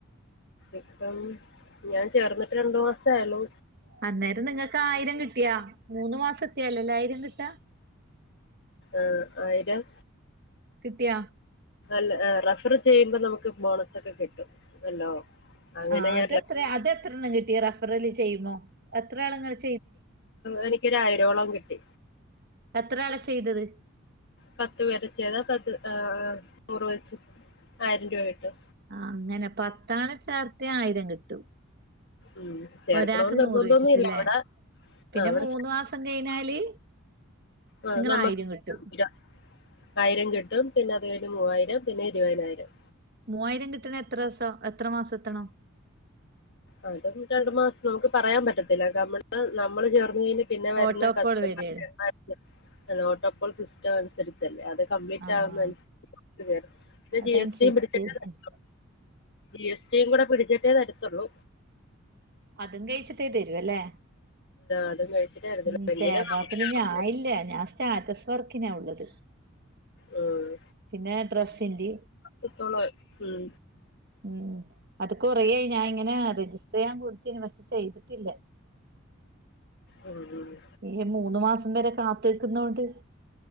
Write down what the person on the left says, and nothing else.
ഇപ്പം ഞാൻ ചേർന്നിട്ട് രണ്ടു മാസ ആയുള്ളു
ആഹ ആയിരം
ല്ല റഫർ ചെയ്യുമ്പോ നമുക്ക് ബോണസ ഒക്കെ കിട്ടും അല്ലോ അങ്ങനെ
ഞാൻ
എനിക്കരായിയിരോളം കിട്ടി
പത്ത് വര ചെയ്താ പത്ത് നൂറ് വച്ച ആയിരം രൂപ കട്ടു
ഉം ചേർക്കണോന്ന്
നിർബന്ധൊന്നും
ഇല്ല അവിടെ
ആഹ് അവിടെ
ആഹ്
നമുക്ക്
ആയിരം കിട്ടും പിന്നെ അതു കോല് മൂവായിരം പിന്നെ ഇരുപതിനായിരം
അതും രണ്ടു മാസം നമുക്ക് പറയാൻ പറ്റത്തില്ല കമ്മള് നമ്മള് ചേർന്ന് കഴിഞ്ഞ പിന്നെ വരുന്ന
കസ്റ്റമർ
ഓട്ടോപോൾ സിസ്റ്റം അനുസരിച്ച് മല്ലേ അത് കംപ്ലീറ്റ്
ആകുന്നനുസരിച്ച് കേ പിന്നെ
ജി എസ് ടി പിടിച്ചിട്ടന്ന ജിഎസട്ടിയും കൂടെ പിടിച്ചിട്ടേ തടുത്തുള്ളൂ
അതും കഴിച്ചിട്ടേ തരത്തുള്ളൂ
എങ്കിലും
നമുക്ക് ലാഭം
ഉം.
എത്രോത്തോളും ഉം
ഉ ഉ